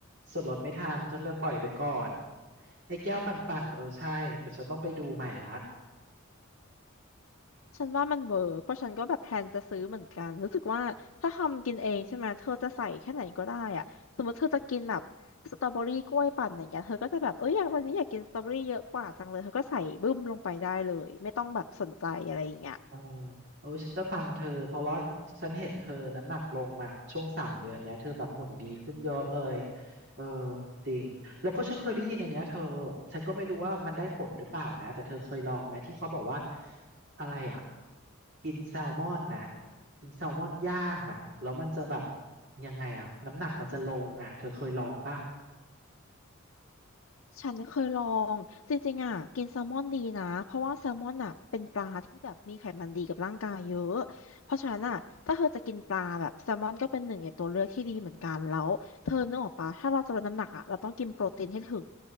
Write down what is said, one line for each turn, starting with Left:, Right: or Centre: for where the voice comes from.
Right: ส่วนลดไม่ทันฉันเลยปล่อยไปก่อนไอ้แก้วปั่นๆเออใช่แต่ฉันต้องไปดูใหม่ละ
Left: ฉันว่ามันเวิร์กเพราะฉันก็แบบแพลนจะซื้อเหมือนกันรู้สึกว่าถ้าทำกินเองใช่ไหม เธอจะใส่แค่ไหนก็ได้อะสมมติเธอจะกินแบบสตรอเบอรี่กล้วยปั่นอย่างเงี้ยเธอก็จะแบบเอ้ยอยากวันนี้อยากกินสตรอเบอรี่เยอะกว่าจังเลย เธอก็ใส่บึ้มลงไปได้เลยไม่ต้องแบบสนใจอะไรอย่างเงี้ย
Right: เออเออฉันจะฟังเธอเพราะว่าฉันเห็นเธอน้ำหนักลงมาช่วงสามเดือนเนี้ยเธอแบบหุ่นดีขึ้นเยอะเลยเออจริงแล้วก็ฉันเคยได้ยินอันเนี้ยเธอฉันก็ไม่รู้ว่ามันได้ผลหรือเปล่านะแต่เธอเคยลองไหมที่เขาบอกว่าอะไรอ่ะกินแซลมอนน่ะกินแซลมอนย่างอ่ะแล้วมันจะแบบยังไงอ่ะน้ำหนักมันจะลงอ่ะเธอเคยลองป่ะ
Left: ฉันเคยลองจริงๆอ่ะกินแซลมอนดีนะเพราะว่าแซลมอนอ่ะเป็นปลาที่แบบมีไขมันดีกับร่างกายเยอะเพราะฉะนั้นอ่ะถ้าเธอจะกินปลาแบบแซลมอนก็เป็นหนึ่งในตัวเลือกที่ดีเหมือนกันแล้วเธอนึกออกปะถ้าเราจะลดน้ำหนักอ่ะเราต้องกินโปรตีนให้ถึง